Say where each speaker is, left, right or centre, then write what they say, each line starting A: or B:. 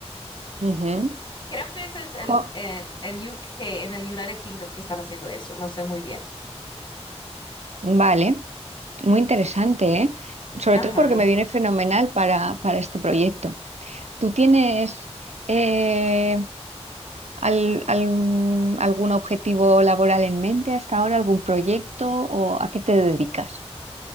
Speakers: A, on the right; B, on the left.
A: Ujú.
B: Creo que ese es el
A: Jo,
B: en, en U K en el United Kingdom que están haciendo eso, no sé muy bien.
A: vale, muy interesante, ¿eh? Sobre
B: Ajá.
A: todo porque me viene fenomenal para, para este proyecto. ¿Tú tienes eh, al- al- algún objetivo laboral en mente hasta ahora, algún proyecto o a qué te dedicas?